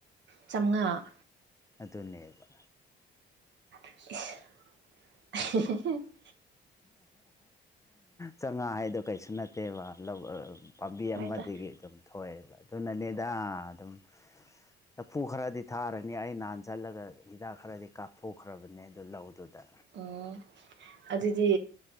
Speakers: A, on the right; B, on the left.
A: ꯆꯥꯝꯉꯥ
B: ꯑꯗꯨꯅꯦꯕ
A: <unintelligible>
B: ꯆꯥꯝꯉꯥ ꯍꯥꯏꯗꯣ ꯀꯩꯁꯨ ꯅꯠꯇꯦꯕ ꯄꯥꯝꯕꯤ
A: ꯍꯥꯏꯗ
B: ꯑꯃꯗꯒꯤ ꯑꯗꯨꯝ ꯊꯣꯛꯑꯦꯕ ꯑꯗꯨꯅꯅꯦꯗ ꯑꯗꯨꯝ ꯂꯐꯨ ꯈꯔꯗꯤ ꯊꯥꯔꯦ ꯑꯩ ꯅꯍꯥꯟ ꯆꯠꯂꯒ ꯍꯤꯗꯥꯛ ꯈꯔꯗꯤ ꯀꯥꯞꯊꯣꯛꯈ꯭ꯔꯕꯅꯦ ꯑꯗꯨ ꯂꯧꯗꯨꯗ
A: ꯎꯝ ꯑꯗꯨꯗꯤ